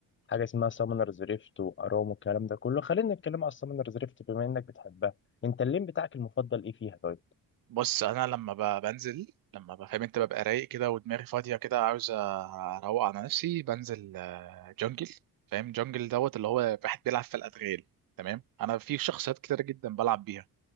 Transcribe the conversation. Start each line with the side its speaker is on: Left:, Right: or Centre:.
Left: حاجه اسمها سامونرز ريفت وارام والكلام ده كله خلينا نتكلم على السامونرز ريفت بما انك بتحبها انت اللين بتاعك المفضل ايه فيها طيب
Right: بص انا لما ب- بنزل لما بفهم انت ببقى رايق كده ودماغي فاضيه كده عاوز اروق على نفسي بنزل آه، جنجل فاهم جنجل دوت اللي هو واحد بيلعب في الادغال تمام انا في شخصيات كتيره جدا بلعب بيها